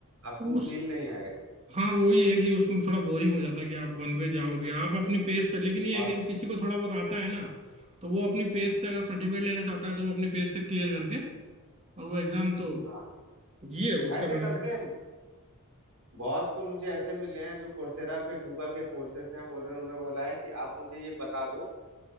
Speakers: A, on the right; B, on the right.
A: आपको
B: हो उस
A: फील नहीं आएगा
B: हाँ वही है कि उसमें थोड़ा बोरिंग हो जाता है कि आप वन वे जाओगे आप अपने पेस से लेकिन ये
A: और
B: है कि किसी को थोड़ा बहुत आता है ना तो वो अपनी पेस से अगर सर्टिफिकेट लेना चाहता है तो वो अपनी पेस से क्लियर करके और वो एग्जाम तो
A: हाँ
B: ये है उसका
A: ऐसे
B: बेनिफिट
A: करते हैं बहुत तो मुझे ऐसे मिले हैं जो कोर्सेरा पे गूगल के कोर्सेस हैं उन्होंने उन्होंने बोला है कि आप मुझे ये बता दो